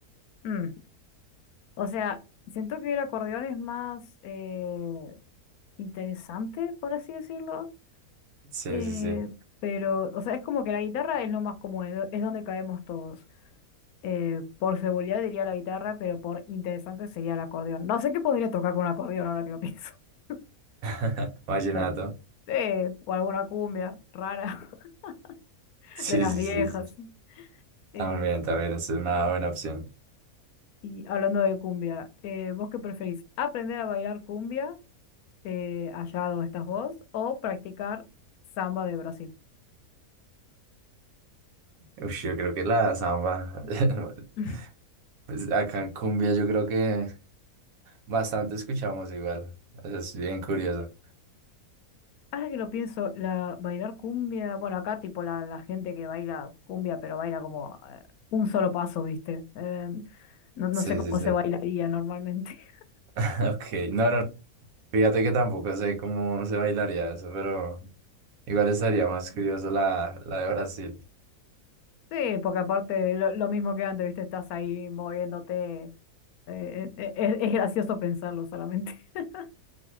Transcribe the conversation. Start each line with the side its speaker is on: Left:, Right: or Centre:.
Left: mm, o sea, siento que el acordeón es más... eh, interesante, por así decirlo.
Right: Sí,
Left: eh,
Right: sí, sí.
Left: pero, o sea, es como que la guitarra es lo más común, es do- es donde caemos todos. Eh, por seguridad diría la guitarra, pero por interesante sería el acordeón. No sé qué podría tocar con un acordeón ahora que lo pienso. <laughs>
Right: <laughs> Vallenato.
Left: Bueno, sí, o alguna cumbia rara <laughs>
Right: Sí,
Left: de las
Right: sí,
Left: viejas.
Right: sí, sí.
Left: Eh,
Right: También, también es una buena opción.
Left: y hablando de cumbia, eh, ¿vos qué preferís? ¿Aprender a bailar cumbia eh, allá donde estás vos o practicar samba de Brasil?
Right: Ush, yo creo que la samba. <laughs>
Left: <laughs>
Right: Pues acá en cumbia yo creo que bastante escuchamos igual. Eso es bien curioso.
Left: Ahora que lo pienso, la bailar cumbia, bueno, acá tipo la, la gente que baila cumbia, pero baila como eh, un solo paso, ¿viste? Eh, no, no
Right: Sí,
Left: sé cómo
Right: sí, sí.
Left: se bailaría normalmente. <laughs>
Right: <laughs> Ok, no, no. Fíjate que tampoco sé cómo se bailaría eso, pero igual estaría más curioso la, la de Brasil.
Left: Sí, porque aparte lo, lo mismo que antes, ¿viste? Estás ahí moviéndote. eh, eh, eh, es, es gracioso pensarlo solamente. <laughs>